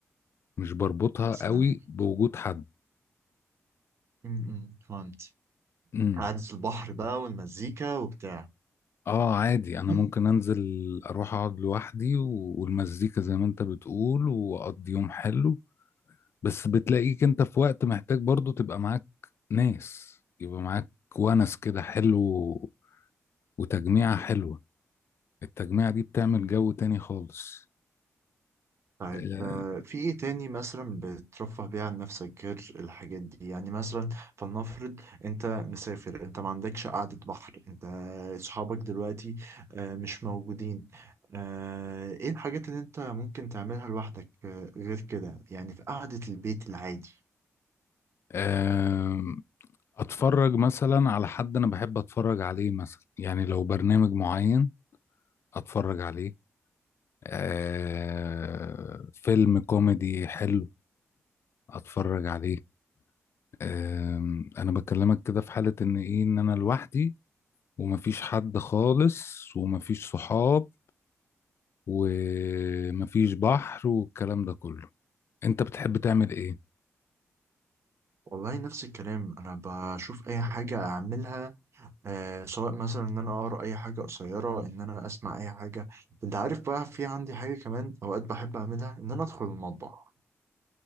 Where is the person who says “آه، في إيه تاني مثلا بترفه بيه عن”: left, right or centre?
Right